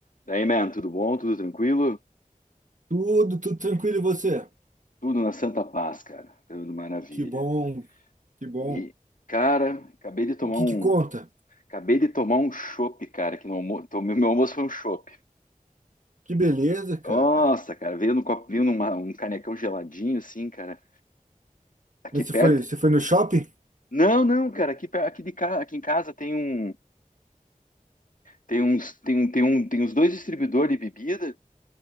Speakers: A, on the left; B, on the right.
A: Daí, man, tudo bom? Tudo tranquilo?
B: Tudo, tudo tranquilo e você?
A: Tudo na santa paz, cara. Tudo maravilha.
B: Que bom, que bom.
A: E, cara, acabei de tomar
B: E o que
A: um,
B: que conta?
A: acabei de tomar um chopp, cara, que no almoço, tomei, meu almoço foi um chopp.
B: Que beleza, cara.
A: Nossa, cara, veio no copinho numa, um canecão geladinho assim, cara. Aqui
B: Mas
A: perto.
B: você foi, você foi no shopping?
A: Não, não, cara, aqui per- aqui de casa, aqui em casa tem um, tem uns, tem um, tem um, tem uns dois distribuidores de bebida,